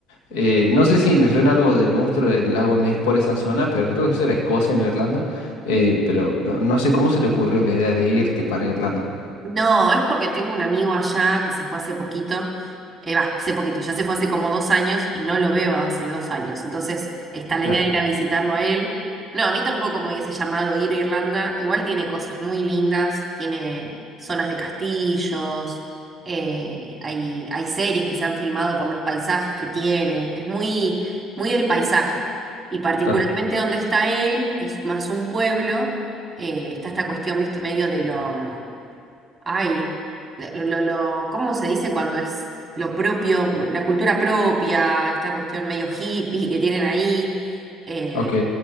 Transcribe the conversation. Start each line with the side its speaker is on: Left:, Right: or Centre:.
Left: Eh, no sé si me suena algo del monstruo del lago Ness por esa zona, pero creo que eso era Escocia, no Irlanda. Eh, pero no, no sé cómo se te ocurrió la idea de irte para Irlanda.
Right: No, es porque tengo un amigo allá que se fue hace poquito, eh, va, hace poquito, ya se fue hace como dos años y no lo veo hace dos años. Entonces está la
Left: Claro,
Right: idea de ir a visitarlo a él. No, a mí tampoco me hubiese llamado ir a Irlanda. Igual tiene cosas muy lindas, tiene zonas de castillos, eh, hay, hay series que se han filmado por los paisajes que tiene. Es muy, muy del paisaje. Y particularmente
Left: claro.
Right: donde está él, que es más un pueblo, eh, está esta cuestión, viste, medio de lo... mm, Ay, lo, lo, lo- ¿cómo se dice cuando es lo propio, la cultura propia, esta cuestión medio hippie que tienen ahí? Eh,
Left: Ok.